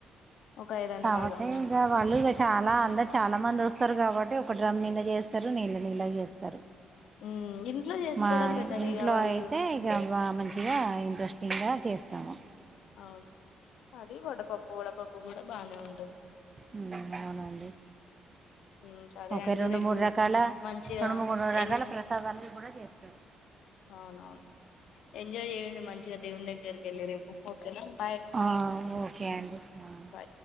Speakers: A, on the left; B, on the right.
A: ఒక ఐరన్
B: కాబట్టి
A: లాగా
B: ఇంకా వాళ్ళు ఇక చాలా అంద చాలా మంది వస్తారు కాబట్టి ఒక డ్రమ్ నిండా చేస్తారు నీళ్ళ నీళ చేస్తారు
A: ఉమ్ ఇంట్లో చేసుకోవడం
B: మా
A: బెటర్
B: ఇంట్లో
A: ఇక వాళ్ళు
B: అయితే ఇక బా మంచిగా ఇంట్రెస్టింగ్ గా చేస్తాము
A: అవును అది వడ పప్పు వడ పప్పు కూడా బానే ఉంటుంది
B: ఉమ్ అవునండి
A: హ్మ్ సరే
B: ఓకే
A: అండి
B: రెండు
A: రేపు
B: మూడు రకాల
A: మంచిగా
B: రెండు మూడు రకాల
A: ఎండ్
B: ప్రసాదాలు కూడా చేస్తారు
A: అవునవును ఎంజాయ్ చేయండి మంచిగా దేవుని దగ్గరకు వెళ్ళు రేపు పొద్దున
B: ఆ ఓకే అండి హ
A: బాయ్